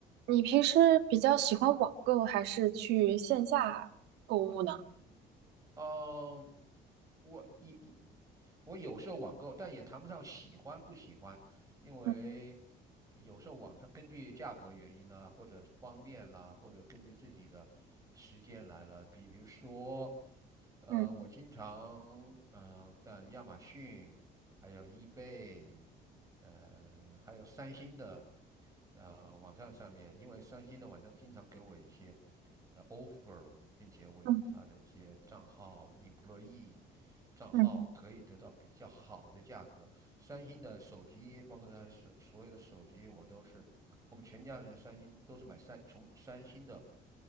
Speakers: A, on the right; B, on the right.
A: 你平时比较喜欢网购还是去线下购物呢？
B: 嗯，我也也我有时候网购，但也谈不上喜欢不喜欢，因为
A: 嗯
B: 有时候网上根据价格原因啦，或者方便啦，或者根据自己的时间来了。比比如说，呃，
A: 嗯
B: 我经常嗯、呃在亚马逊还有 e 贝。呃，还有三星的呃网站上面，因为三星的网站经常给我一些呃 offer，并且我有他的一些账号
A: 嗯
B: employee 账号可以得到比较好的价格。
A: 嗯嗯
B: 三星的手机，包括他的所所有的手机，我都是我们全家人的三星都是买三从三星的。